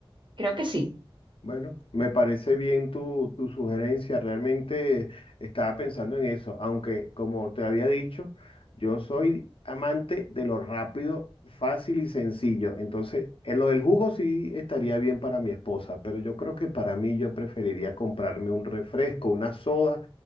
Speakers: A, on the right (about 55°); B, on the left (about 65°).
A: Creo que sí,
B: Bueno, me parece bien tu, tu sugerencia. Realmente estaba pensando en eso, aunque como te había dicho, yo soy amante de lo rápido, fácil y sencillo. Entonces, en lo del jugo sí estaría bien para mi esposa, pero yo creo que para mí yo preferiría comprarme un refresco, una soda,